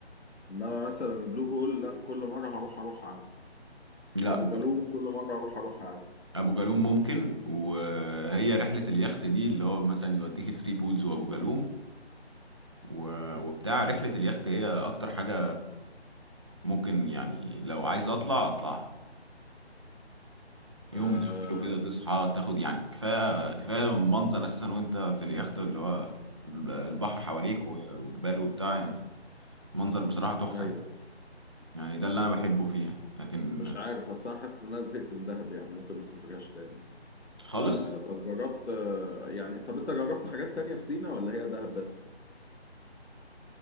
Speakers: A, on the left; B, on the right.
A: انما مثلا البلو هول لا كل مره هروح اروح عادي
B: لا
A: ابو
B: برضه.
A: جالوم كل مره اروح اروح عادي
B: ابو جالوم ممكن وهي رحله اليخت دي اللي هو مثلا يوديك ثري بولز وابو جالوم و- وبتاع رحله اليخت هي اكتر حاجه ممكن يعني لو عايز اطلع اطلعها يوم
A: آه
B: من اوله كده تصحى تاخد يعني كفايه كفايه منظر اساسا وانت في اليخت اللي هو البحر حواليك و- وجبال وبتاع يعني منظر بصراحه تحفه
A: ايوه
B: يعني. يعني ده اللي انا بحبه فيها لكن
A: مش عارف بس انا حاسس ان انا زهقت من دهب يعني ممكن ما اسافرهاش تاني
B: خالص
A: آه طب جربت آه يعني طب انت جربت حاجات تانية في سينا ولا هي دهب بس